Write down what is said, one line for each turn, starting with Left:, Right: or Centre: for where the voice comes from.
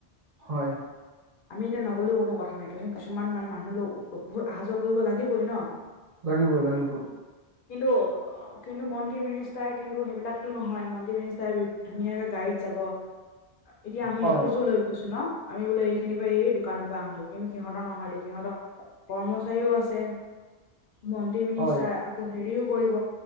Right: হয়।
Left: আমি এতিয়া নগলেও কোনো কথা নাই। কিছুন কিছুমান মানে মানুহ ল বহুত অহা যোৱা কৰিব লাগিবই ন।
Right: লাগিবই লাগিবই।
Left: কিন্তু, কিন্তু, মন্ত্ৰী মিনিষ্টাৰে কিন্তু সেইবিলাকতো নহয় মন্ত্ৰী মিনিষ্টাৰে ধুনীয়াকে গাড়ীত যাব। এতিয়া আমি
Right: হয়
Left: এসোজো লৈ গৈছো ন আমি বোলে এইখিনিৰ পৰা এই দোকানৰ পৰা আহো গৈ। কিন্তু, সিহঁতৰ নহয়টো সিহঁত কৰ্মচাৰীও আছে মন্ত্ৰী মিনিষ্টাৰ-
Right: হয়
Left: আকৌ হেৰিও কৰিব